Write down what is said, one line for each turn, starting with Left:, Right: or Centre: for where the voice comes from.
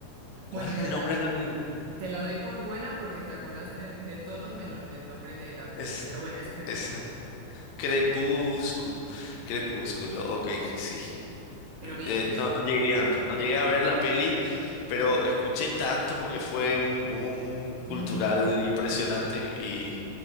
Left: ¿Cuál
Right: Bueno,
Left: es
Right: te
Left: el nombre
Right: la,
Left: de la película?
Right: Te la doy por buena porque te acordaste de, de todo
Left: Ah,
Right: menos del nombre de la
Left: Es,
Right: peli. Pero bueno, es Crepúsculo.
Left: es eh, Crepúsculo. Crepúsculo, ok, sí.
Right: Pero bien.
Left: Eh, no llegué a ver, no llegué a ver la peli, pero escuché tanto porque fue un boom cultural
Right: Ujú.
Left: impresionante y